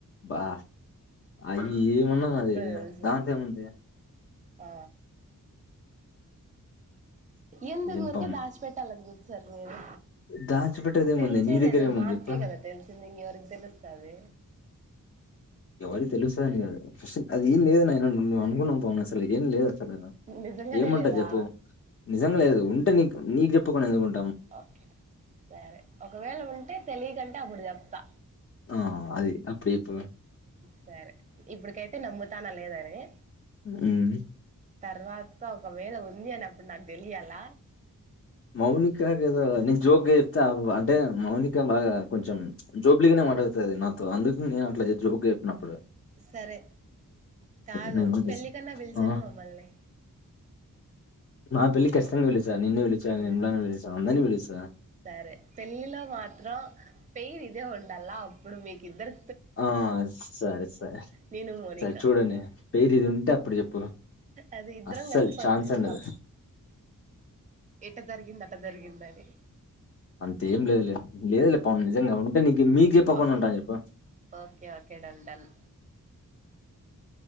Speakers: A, on the left; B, on the right.
A: బా అవి ఏమున్నా అది
B: తెలుసు
A: దాంతో ఏముంది
B: ఆ ఎందుకు
A: ఏం
B: ఊరికే
A: పావని
B: దాస్ పెటలాన్ చు సర్ మీరు
A: దాచిపెట్టేది ఏముంది
B: తెల్సేది
A: నీ దగ్గర
B: ఏదో
A: ఏముంది
B: మేక్
A: చెప్పు
B: కదా తెల్సింది ఇంకా ఎవరికి తెలిసుస్తాది
A: ఎవరికి తెలుసా అని కాదు అసలు ఆది ఏం లేదు నయనా నువు నువు అనుకున్నాం పావని అసలు ఏం లేదు అంతేనా
B: నిజంగానే
A: ఏం ఉంటది
B: లేదా
A: చెప్పు నిజం లేదు ఉ నీక నీకు చెప్పకుండా ఎందుకుం
B: ఓకే సరే ఒకవేళ ఉంటే తెలేదంటే అప్పుడు చెప్తా
A: ఆ అది అప్పుడి ఎప్పు
B: సరే ఇప్పుడికైతే నమ్ముతాన లేదని
A: ఉమ్
B: తర్వాత ఒకవేళ ఉంది అని అప్పుడు నాకు తెలియాల
A: మౌనిక కదా నేను జోక్ గా చెప్తేా అంటే మౌనిక బాగా కొంచెం జోబలిగానే మాట్లాడుత అది నాతో అందుకు నేను అట్లా జోక్ చెప్పినప్పుడు
B: సరే కాదు
A: నేను పిలిచి
B: పెళ్ళ కన్నా పిలిచరు
A: ఆ
B: మమ్మల్ని
A: మా పెళ్ళికి కచ్చితంగా పిలుస్త నిన్న విళా
B: ఉమ్
A: నిమ్ల విసా అందని విళస
B: సరే పెళ్ళిలో మాత్రం పెయిర్ ఇదే ఉండాల అప్పుడు మీకు ఇద్దరు
A: ఆ సరే సరే
B: నేను మోనిక
A: సరే చూడండి పేరు ఇది ఉ ఉంటే అప్పుడు చెప్పు
B: అది ఇద్దరం
A: అస్సలు
B: కలిసి పరుగు
A: ఛాన్స్
B: తీస్తాం
A: ఉండదు
B: ఎట జరిగింద అట జరిగిందని
A: అంతేం లేదులే లేదులే పవున్ నిజంగా ఉంటే నీ మీకు చెప్పకుండా
B: ఓకే
A: ఉంటాను చెప్పు
B: ఓకే ఓకే డన్ డన్